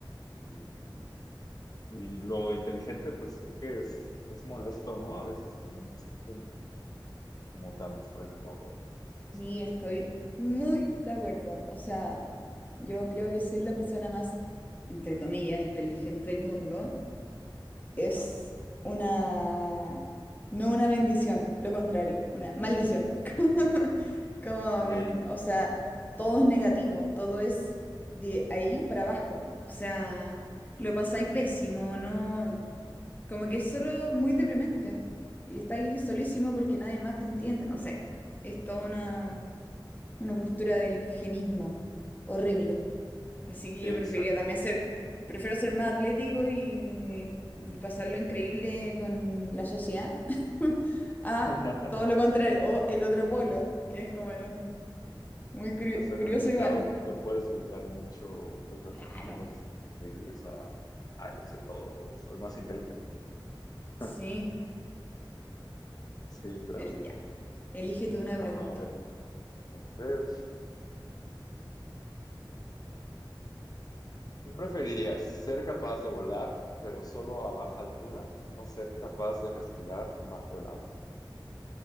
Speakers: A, on the left; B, on the left.
A: Y, y lo inteligente, pues creo que es, es molesto, ¿no? A veces también ser como, como tan sabe todo. inteligente,
B: Y estoy
A: o así.
B: muy de acuerdo. O sea, yo creo que ser la persona más, entre comillas, inteligente del mundo es
A: Ah,
B: una, no una bendición, lo contrario, una maldición. <laughs> Como, como,
A: sí,
B: weón, o sea, todo es negativo, todo es de ahí para abajo. O sea, lo pasáis pésimo, ¿no? Como que es solo muy deprimente. Y está ahí solísimo porque nadie más te entiende, no sé. Es toda una, una cultura del genismo horrible. Así que
A: sí,
B: yo
A: exacto.
B: preferiría también ser, prefiero ser más atlético y, y pasarlo increíble con la sociedad <laughs> a
A: <laughs>
B: todo lo contrario, o el otro polo, que es como el otro. Muy curio-
A: A Ser
B: curioso
A: admirado
B: igual.
A: porque puedes brincar mucho, o puedes hacer
B: Claro,
A: cosas increíbles a, ah, lo sé todo, o soy más inteligente que tú.
B: sí.
A: <laughs> Sí, claro.
B: El, ya. Elígete una
A: A
B: pregunta.
A: ver, déjame ver. ¿Qué preferirías? ¿Ser capaz de volar, pero solo a baja altura, o ser capaz de respirar bajo el agua?